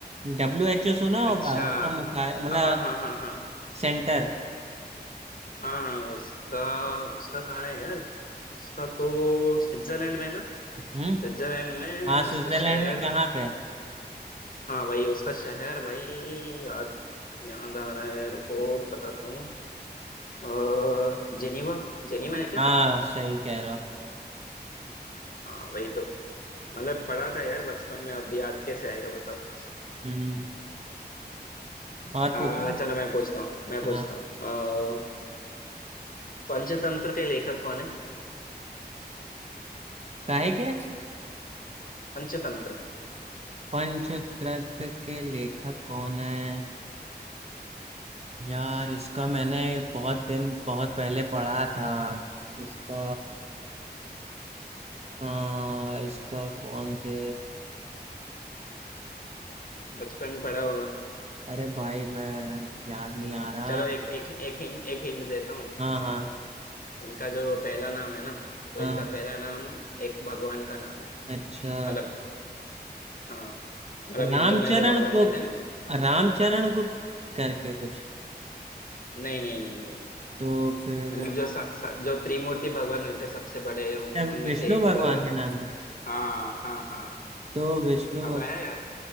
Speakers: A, on the right (about 40°); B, on the left (about 55°).
A: डब्ल्यू एच ओ सुना होगा
B: अच्छा
A: उसका मुख्यालय मतलब
B: हाँ हाँ हाँ हाँ हाँ
A: सेंटर
B: हाँ हाँ उसका उसका कहाँ है यार उसका तो स्विट्जरलैंड में ना
A: हम्म
B: स्विट्जरलैंड में
A: हाँ स्विट्जरलैंड
B: उसका शहर
A: में कहाँ पे
B: हाँ भाई उसका शहर भाई याद याद आ रहा है रुको बताता हूँ अ, जेनीवा जेनीवा है क्या
A: हाँ सही कह रहे हो
B: हाँ वही तो मतलब पढ़ा था यार बचपन में अब याद कैसे आएगा बताओ
A: हम्म और
B: आ,
A: पूछो
B: चलो मैं पूछता हूँ मैं पूछता
A: हाँ
B: हूँ आ, पंचतंत्र के लेखक कौन है
A: काहे के
B: पंचतंत्र
A: पंचतंत्र के लेखक कौन है यार इसका मैंने बहुत दिन बहुत पहले पढ़ा था इसका हाँ इसका कौन थे
B: बचपन में पढ़ा होगा
A: अरे भाई मैं याद नहीं आ रहा
B: चलो एक एक एक हिंट एक हिंट देता हूँ
A: हाँ हाँ
B: इनका जो पहला नाम है ना तो
A: हाँ
B: इनका पहला नाम एक भगवान का नाम है
A: अच्छा
B: मतलब हाँ मतलब हिंदू
A: रामचरण
B: में जो भगवान
A: गुप्त
B: रहते हैं ना
A: रामचरण गुप्त करके कुछ
B: नहीं नहीं नहीं नहीं नहीं
A: तो फिर
B: मतलब जो सा, सा, जो त्रिमूर्ति भगवान रहते हैं सबसे बड़े उन
A: अच्छा,
B: उनमें
A: विष्णु
B: से एक
A: भगवान के नाम पर
B: हाँ हाँ हाँ
A: तो विष्णु
B: अब
A: भगवान
B: आया याद